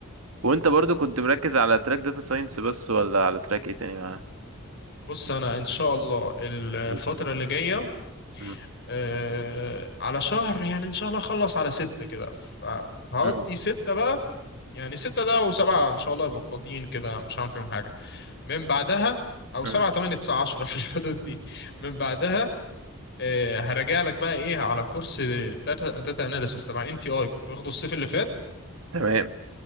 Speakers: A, on the right; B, on the left.
A: وانت برضو كنت مركز على تراك داتا ساينس بس ولا على تراك ايه تاني معاه
B: بص انا ان شاء الله الفترة
A: بإذن
B: اللي جاية
A: مم. الله.
B: آه على شهر يعني ان شاء الله اخلص على ستة كده فهقضي
A: مم.
B: ستة بقى يعني ستة ده وسبعة ان شاء الله يبقوا فاضيين كده مش هعمل فيهم حاجة من بعدها او
A: مم.
B: سبعة تمانية تسعة عشرة <laughs> في الحدود دي من بعدها آه، هراجع لك بقى ايه على كورس داتا داتا اناليسيس تبع ان تي اي كنت واخده الصيف اللي فات
A: تمام